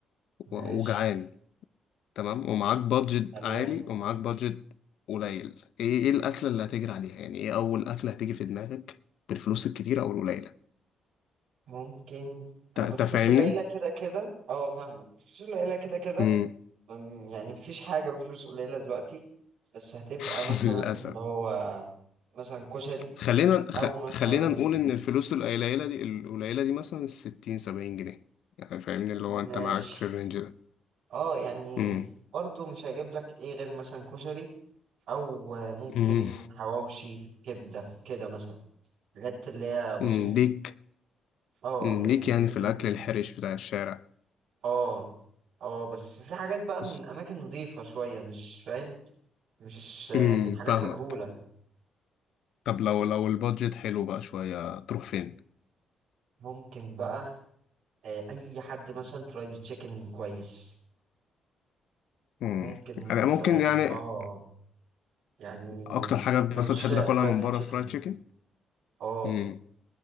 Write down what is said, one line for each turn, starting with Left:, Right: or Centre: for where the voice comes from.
Left: و-
Right: ماشي
Left: وجعان تمام ومعاك بادجت
Right: تمام
Left: عالي ومعاك بادجت قليل ايه ايه الاكله اللي هتجري عليها يعني ايه اول اكله هتيجي في دماغك بالفلوس الكتيره او القليله
Right: ممكن أبو
Left: تا- تا
Right: الفلوس
Left: فاهمني
Right: قليلة كده كده اه فاهمك الفلوس قليلة كده كده
Left: امم
Right: أم، يعني مفيش حاجة بفلوس قليلة دلوقتي بس هتبقى
Left: <laughs>
Right: مثلا
Left: للاسف
Right: اللي هو مثلا كشري
Left: خلينا خ...
Right: أو مثلا
Left: خلينا نقول ان الفلوس القليله دي القليله دي مثلا 60 70 جنيه يعني فاهمني اللي هو انت
Right: ماشي
Left: معاك في الرينج ده
Right: اه يعني
Left: امم
Right: برضو مش هجيب لك ايه غير مثلا كشري أو آه، ممكن
Left: امم
Right: حواوشي كبدة كده مثلا الحاجات اللي هي بسيطة
Left: أمم، ليك
Right: اه
Left: أمم،
Right: يعني
Left: ليك يعني
Right: دي
Left: في
Right: ال-
Left: الاكل الحرش بتاع الشارع
Right: اه اه بس في حاجات بقى من
Left: بس
Right: اماكن نظيفة شوية مش فاهم مش آه،
Left: امم
Right: من حاجات
Left: فاهمك
Right: مجهولة
Left: طب لو لو البادجت حلو بقى شويه تروح فين
Right: ممكن بقى آه، اي حد مثلا فرايد تشيكن كويس
Left: مم.
Right: ممكن
Left: انا
Right: مثلا
Left: ممكن يعني
Right: اه يعني
Left: اكتر حاجه
Right: من
Left: مثلا
Right: عشاق
Left: تحب تاكلها
Right: فرايد
Left: من بره
Right: تشيكن
Left: فرايد تشيكن
Right: اه
Left: مم.